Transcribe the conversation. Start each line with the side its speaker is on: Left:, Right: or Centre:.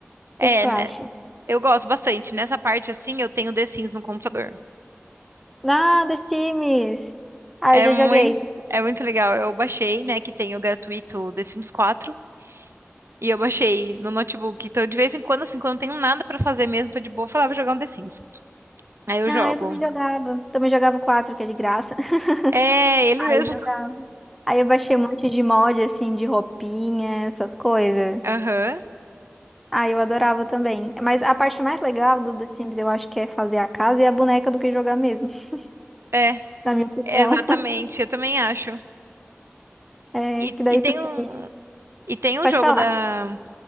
Right: É,
Centre: que que tu
Right: né?
Centre: acha?
Right: Eu gosto bastante. Nessa parte, assim, eu tenho The Sims no computador.
Centre: Ah, The Sims! Ah,
Right: É
Centre: eu já
Right: muito,
Centre: joguei.
Right: é muito legal. Eu baixei, né, que tem o gratuito The Sims 4. E eu baixei no notebook. Então, de vez em quando, assim, quando eu não tenho nada pra fazer mesmo, tô de boa, eu falava jogar um The Sims. Aí eu
Centre: Ah,
Right: jogo.
Centre: eu também jogava. Também jogava o 4, que é de graça. <laughs>
Right: É, ele
Centre: Aí,
Right: mesmo.
Centre: jogava. Aí eu baixei um monte de mod, assim, de roupinha, essas coisas.
Right: Aham.
Centre: Ah, eu adorava também. Mas a parte mais legal do The Sims, eu acho que é fazer a casa e a boneca do que jogar mesmo, <laughs>
Right: É,
Centre: na minha opinião.
Right: exatamente. Eu também acho.
Centre: É,
Right: E,
Centre: que daí
Right: e tem
Centre: tu se...
Right: um, e tem
Centre: Pode
Right: um jogo
Centre: falar.
Right: da,